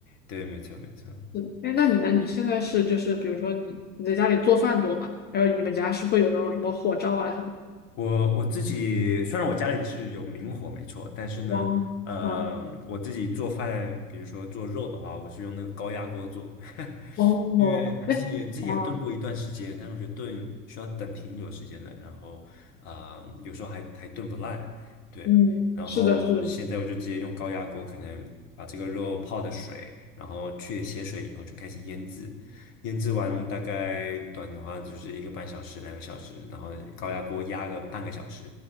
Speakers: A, on the left; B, on the left.
A: 对，没错没错。
B: 嗯，哎，那你呢？你现在是就是比如说你你在家里做饭多吗？然后你们家是会有那种什么火灶啊什么的？
A: 我我自己虽然我家里是有明火没错，但是呢，
B: 汪啊
A: 呃，我自己做饭，比如说做肉的话，我是用那个高压锅做。<laughs>
B: 哦，
A: 因为之前也之前也炖过一段时间，
B: 哎啊
A: 但是我觉得炖需要等挺久时间的，然后啊、呃有时候还还炖不烂，对。
B: 嗯，
A: 然后现在我就直接用高压锅，
B: 是的，是的，
A: 可能把这个肉泡的水，然后去血水以后就开始腌制，腌制完大概短的话就是一个半小时、两个小时，然后高压锅压个半个小时。